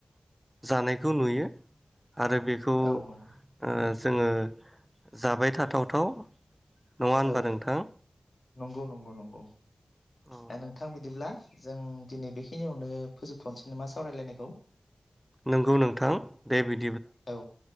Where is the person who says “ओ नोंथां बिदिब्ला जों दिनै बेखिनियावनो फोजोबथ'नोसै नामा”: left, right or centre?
Left